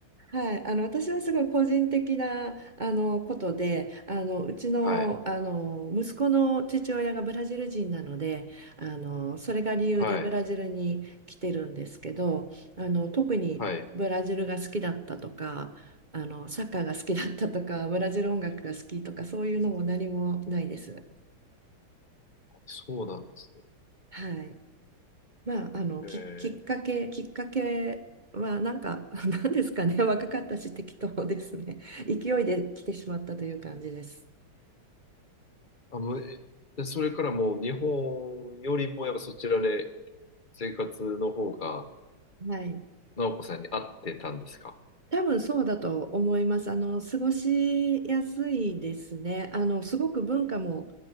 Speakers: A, on the right; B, on the left.
A: はい、あの私はすごい個人的なあのことで、あのうちの、
B: はい、
A: あの息子の父親がブラジル人なので、あのそれが理由でブラジルに来てるんですけど、
B: はい、
A: あの特にブラジルが好きだったとか、
B: はい。
A: あのサッカーが好きだったとか、ブラジル音楽が好きとかそういうのも何もないです。
B: そうなんですね。
A: はい。まあ、あのき、
B: えー。
A: きっかけ、きっかけは、なんか、<laughs> なんですかね、若かったし、適当ですね。勢いで来てしまったという感じです。
B: あ、もう、えでそれからもう日本よりもやっぱそちらで生活の方が、
A: はい。
B: 直子さんに合ってたんですか
A: 多分そうだと思います。あの、過ごしやすいですね。あの、すごく文化も